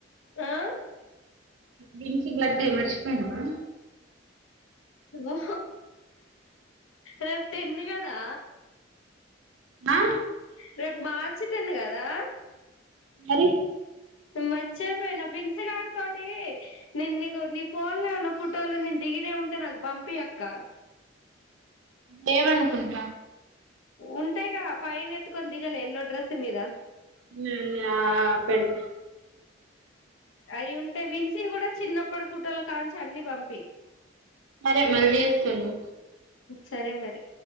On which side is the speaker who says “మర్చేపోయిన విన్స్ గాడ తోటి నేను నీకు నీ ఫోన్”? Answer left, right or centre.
Left